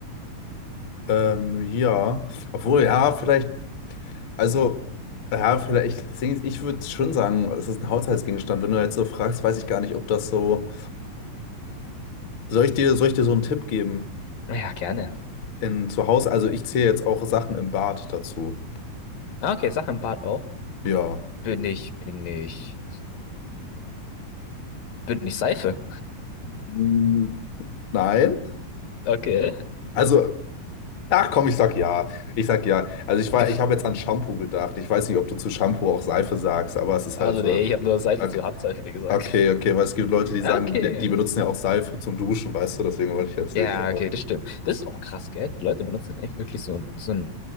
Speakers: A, on the left; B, on the left.
A: Ähm, ja. Obwohl, ja, vielleicht. Also, ja, vielleicht, das Ding ist, ich würde schon sagen, es ist ein Haushaltsgegenstand. Wenn du jetzt so fragst, weiß ich gar nicht, ob das so. Soll ich dir, soll ich dir so einen Tipp geben?
B: Ja, gerne.
A: In, zu Hause, also ich zähle jetzt auch Sachen im Bad dazu.
B: Ah, Okay, Sache im Bad auch.
A: Ja.
B: Bin ich, bin ich, bin ich Seife.
A: Hm, Nein?
B: Okay.
A: Also, ach komm, ich sag ja. Ich sag ja. Also ich war,
B: <laughs> Du-
A: ich habe jetzt an Shampoo gedacht. Ich weiß nicht, ob du zu Shampoo auch Seife sagst, aber es ist
B: Also,
A: halt so.
B: nee, ich habe nur Seife
A: Okay,
B: zu Handseife gesagt.
A: okay, okay, weil es gibt Leute, die
B: Ja,
A: sagen,
B: Okay.
A: die benutzen ja auch Seife zum Duschen, weißt du, deswegen wollte ich jetzt
B: Ja,
A: nicht.
B: okay, das stimmt. Das ist auch krass, gell? Die Leute benutzen echt wirklich so, ein- so ein,